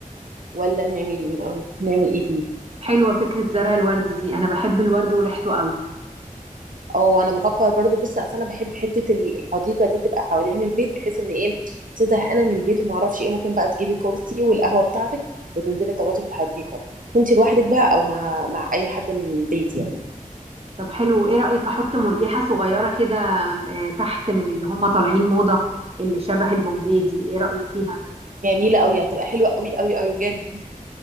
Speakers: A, on the right; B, on the right.
A: ولا نعمل نعمل ايه فيه
B: حلوه فكره زرع الورد دي انا بحب الورد وريحته قوي
A: اه انا بفكر برضو بص اصل انا بحب حته ال- الحديقه دي تبقى حوالين البيت بحيث ان ايه تزهق انا من البيت وما اعرفش ايه ممكن بقى تجيبي كرسي والقهوه بتاعتك وتنزلي تقعدي في الحديقه كنت لوحدك بقى او مع مع اي حد من بيتي يعني
B: طب حلو ايه رأيك احط مرجحة صغيرة كده آه، تحت من اللي هم طالعين موضة اللي شبه البومبي دي ايه رأيك فيها
A: جميله قوي هتبقى حلوه قوي قوي قوي بجد